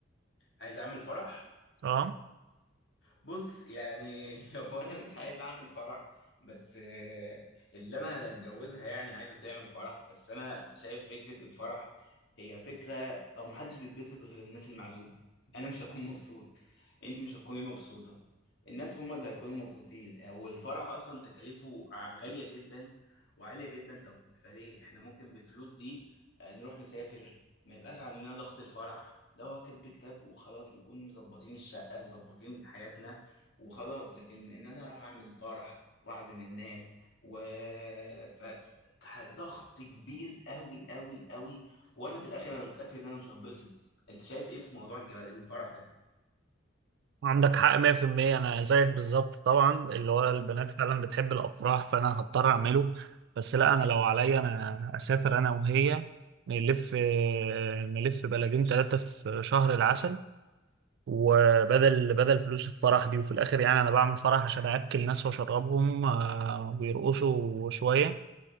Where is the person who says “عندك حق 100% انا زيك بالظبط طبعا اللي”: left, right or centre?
Right